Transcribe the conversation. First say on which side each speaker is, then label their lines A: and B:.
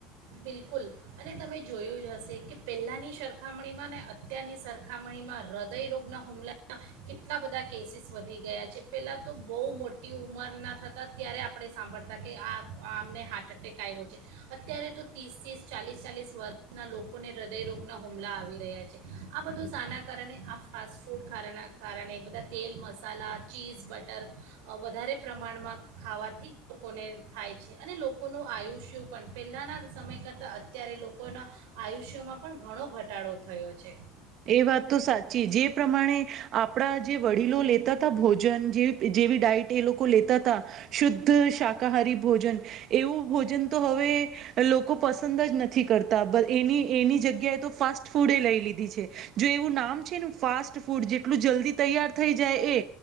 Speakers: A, on the right; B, on the right.
A: બિલકુલ, અને તમે જોયું જ હશે કે પહેલાંની સરખામણીમાં ને અત્યારની સરખામણીમાં હૃદયરોગના હુમલાના કેટલા બધા કેસીસ વધી ગયા છે, પહેલાં તો બહુ મોટી ઉંમરના થતાં ત્યારે આપણે સાંભળતા કે આ આમને હાર્ટ એટેક આવ્યો છે, અત્યારે તો તીસ તીસ ચાલીસ ચાલીસ વર્ષના લોકોને હૃદયરોગના હુમલા આવી રહ્યા છે, આ બધું શાના કારણે આ ફાસ્ટ ફૂડ ખાના કારણે બધા તેલ, મસાલા, ચીઝ બટર વધારે પ્રમાણમાં ખાવાથી લોકોને થાય છે, અને લોકોનું આયુષ્યુ પણ પહેલાંના સમય કરતાં અત્યારે લોકોના, આયુષ્યમાં પણ ઘણો ઘટાડો થયો. છે
B: એ વાત તો સાચી જે પ્રમાણે આપડા જે વડીલો લેતાતા ભોજન જે જેવી ડાઈટ એ લોકો લેતાતા શુ ધ શાકાહારી ભોજન એવું ભોજન તો હવે લોકો પસંદ જ નથી કરતા. બ એની એની જગ્યાએ તો ફાસ્ટ ફૂડે લઈ લીધી છે. જો એવું નામ છે ને ફાસ્ટ ફૂડ જેટલું જલ્દી તૈયાર થઈ જાય એ